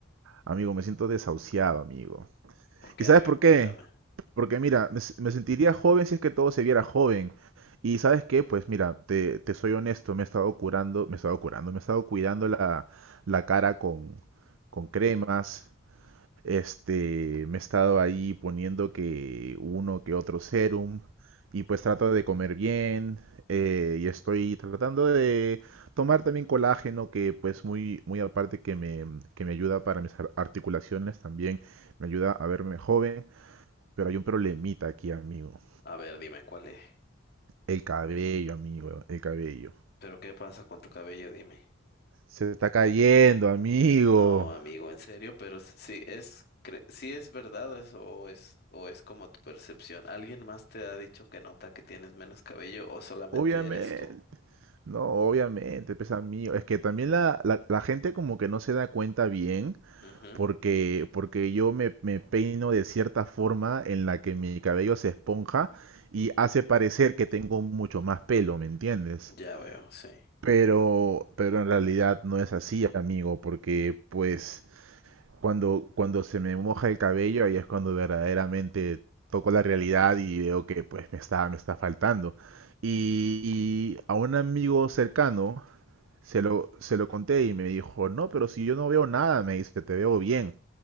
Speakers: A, on the right; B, on the left.
A: amigo, me siento desahuciado, amigo.
B: ¿Por qué,
A: ¿Y sabes
B: amigo?
A: por
B: Cuéntame.
A: qué? Porque mira, me, s- me sentiría joven si es que todo se viera joven. Y ¿sabes qué? Pues mira, te, te soy honesto, me he estado curando, me he estado curando, me he estado cuidando la, la cara con, con cremas. Este, me he estado ahí poniendo que uno que otro serum. Y pues trato de comer bien. eh, y estoy tratando de tomar también colágeno, que pues muy, muy aparte que me, que me ayuda para mis ar- articulaciones también, me ayuda a verme joven. Pero hay un problemita aquí, amigo.
B: A ver, dime cuál es.
A: El cabello, amigo, el cabello.
B: ¿Pero qué pasa con tu cabello? Dime.
A: Se está cayendo, amigo.
B: No, amigo, en serio, pero sí es, cre- sí es verdad eso o es, o es como tu percepción. ¿Alguien más te ha dicho que nota que tienes menos cabello o solamente
A: Obviamente.
B: eres tú?
A: No, obviamente, pues amigo. Es que también la, la, la gente como que no se da cuenta bien
B: Ujú,
A: porque, porque yo me, me peino de cierta forma en la que mi cabello se esponja y hace parecer que tengo mucho más pelo, ¿me entiendes?
B: Ya veo, sí.
A: Pero, pero en realidad no es así, amigo, porque pues Cuando, cuando se me moja el cabello, ahí es cuando verdaderamente toco la realidad y veo que pues me está, me está faltando. Y, y a un amigo cercano se lo, se lo conté y me dijo, no, pero si yo no veo nada, me dice, te veo bien.